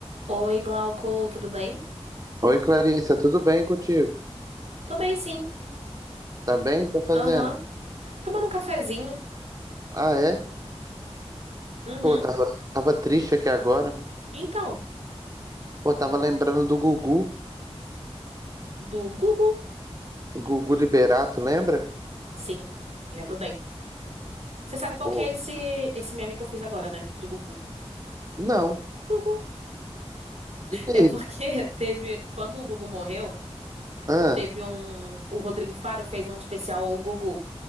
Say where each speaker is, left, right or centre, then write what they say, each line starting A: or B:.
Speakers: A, on the right; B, on the right.
A: Oi, Glauco, tudo bem?
B: Oi, Clarissa, tudo bem contigo?
A: Tô bem, sim.
B: Tá bem? Tá fazendo?
A: Aham. Tomando um cafezinho.
B: Ah, é?
A: Uhum.
B: Pô, tava, tava triste aqui agora.
A: Então,
B: Pô, tava lembrando do Gugu.
A: do Gugu?
B: Gugu Liberato, lembra?
A: Sim, lembro bem. Você sabe qual
B: Pô,
A: que é esse, esse meme que eu fiz agora, né? Do Gugu.
B: não.
A: Gugu.
B: E aí?
A: É porque <laughs> teve. Quando o Gugu morreu,
B: Ah,
A: teve um. O Rodrigo Faro fez um especial ao Gugu.